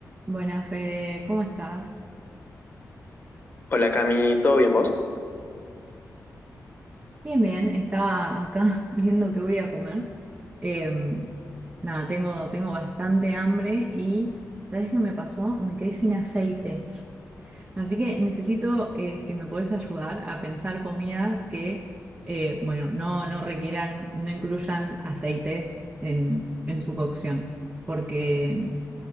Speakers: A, on the right; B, on the left.
A: Buenas, Fede, ¿cómo estás?
B: Hola Cami, ¿todo bien vos?
A: Bien, bien, estaba acá <laughs> viendo qué voy a comer. Eh, nada, tengo, tengo bastante hambre y ¿sabes qué me pasó? Me quedé sin aceite. Así que necesito, eh, si me podés ayudar, a pensar comidas que, eh, bueno, no, no requieran, no incluyan aceite en, en su cocción. porque